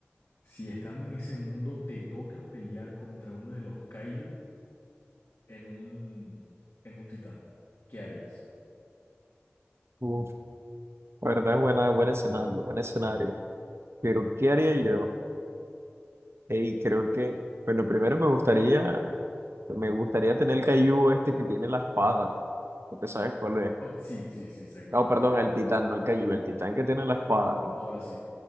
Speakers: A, on the left (about 80°); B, on the right (about 70°).
A: si estando en ese mundo te toca pelear contra uno de los Kaiju en un, en un titán? ¿Qué harías?
B: Uf, la verdad es buena, buen escenario, buen escenario. Pero, ¿qué haría yo? Hey, creo que, bueno, primero me gustaría, me gustaría tener el Caillou este que tiene la espada. Porque sabes cuál es.
A: Ok, sí, sí, sí, sé cuál
B: No,
A: es,
B: perdón,
A: sí.
B: el titán, no el Caillou, el titán que tiene la espada. ¿no?
A: Ahora sí.